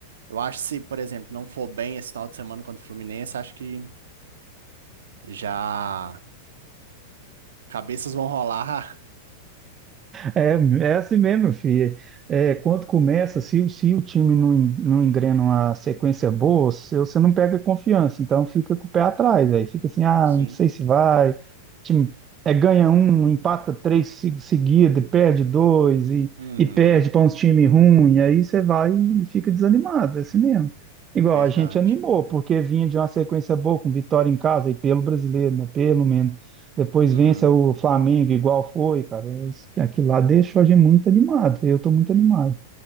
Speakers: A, on the right; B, on the right.
A: Eu acho que se, por exemplo, não for bem esse final de semana contra o Fluminense, acho que já cabeças vão rolar.
B: É, é assim mesmo, filho. É, é, quando começa, se, o- se o time não, en- não engrena uma sequência boa, se- você não pega confiança. Então fica com o pé atrás, aí fica assim, ah,
A: <laughs> Sim.
B: não sei se vai. Time é, ganha um, empata três se- seguida, perde dois e,
A: Uhum.
B: e perde para uns times ruins. Aí você vai e fica desanimado, é assim mesmo. Igual
A: Verdade.
B: a gente animou, porque vinha de uma sequência boa com vitória em casa e pelo brasileiro, né? Pelo menos depois
A: Uhum.
B: vença o Flamengo igual foi, cara. É isso- Aquilo lá deixa a gente muito animado. Eu tô muito animado.